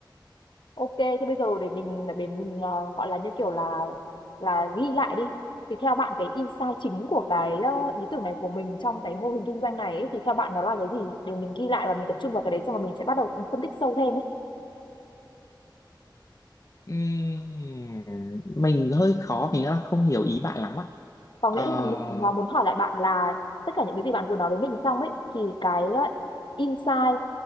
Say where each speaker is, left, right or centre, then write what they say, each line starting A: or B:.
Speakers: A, on the left; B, on the left.
A: ok thế bây giờ để mình để mình ờ, gọi là như kiểu là là ghi lại đi thì theo bạn cái insight chính của cái ờ, ý tưởng này của mình trong cái mô hình kinh doanh này ấy, thì theo bạn nó là cái gì để mình ghi lại và mình tập trung vào cái đấy xong rồi mình sẽ bắt đầu phân tích sâu thêm ấy
B: Ừm, mình hơi khó mình đang không hiểu ý bạn lắm á
A: có
B: Ờ,
A: nghĩa là mình à, muốn hỏi lại bạn là tất cả những cái gì bạn vừa nói với mình xong ấy thì cái à, insight